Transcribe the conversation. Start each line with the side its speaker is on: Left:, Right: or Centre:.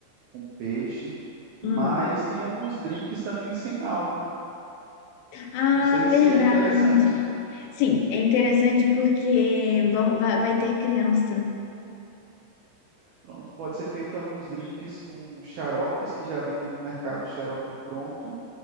Right: com peixe, mas
Left: Hum.
Right: tem alguns drinks também sem álcool.
Left: Ah,
Right: Não sei
Left: verdade.
Right: se é interessante.
Left: Sim, é interessante porque vão- vai, vai ter criança.
Right: Pronto, pode ser feito alguns drinks com xaropes que já vendem no mercado xarope pronto